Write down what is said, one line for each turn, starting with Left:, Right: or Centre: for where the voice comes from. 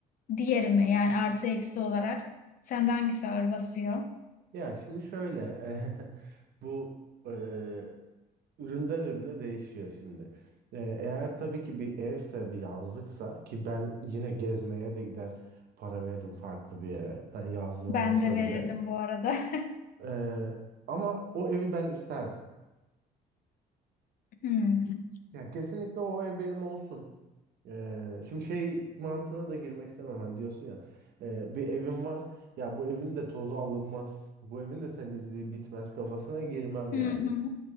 Left: Diğeri mi? Yani artı eksi olarak. Sende hangisi ağır basıyor?
Right: Ya şimdi şöyle <laughs> bu e, üründen ürüne değişiyor şimdi. E, eğer tabii ki bir evse bir yazlıksa ki ben yine gezmeye de gider para veririm farklı bir yere. Hani yazlığım
Left: Ben
Right: olsa
Left: de verirdim
Right: bile.
Left: bu arada. <laughs>
Right: E, ama o evi ben isterdim.
Left: Hmm.
Right: Yani kesinlikle o ev benim olsun. Ee, şimdi şey mantığına da girmek istemem. Hani diyorsun ya e, bir evim var. Ya bu evin de tozu alınmaz. Bu evin de temizliği bitmez kafasına girmem
Left: Hı
Right: yani.
Left: hı.